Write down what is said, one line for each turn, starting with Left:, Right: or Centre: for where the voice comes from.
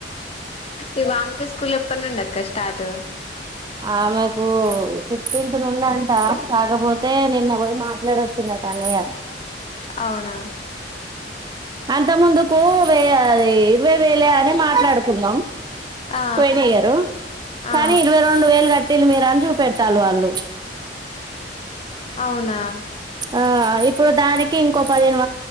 Left: ఈ వామిక స్కూల్ ఎప్పటి నుండి అక్క స్టార్ట్
Right: ఆ మాకు ఫిఫ్టీన్త్ నుండి అంట కాకపోతే నిన్న పోయి మాట్లాడ వచ్చినట అన్నయ్య
Left: అవునా
Right: అంత ముందుకు వ ఇరవై వేలే అని మాట్లాడుకుందాం
Left: ఆ
Right: పోయినియారు
Left: ఆ
Right: కానీ ఇరవై రెండు వే లు గట్టిలు మీరు అని చూపెడతాన్రు వాళ్ళు
Left: అవునా
Right: ఆ ఇప్పుడు దానికి ఇంకో పదిహేను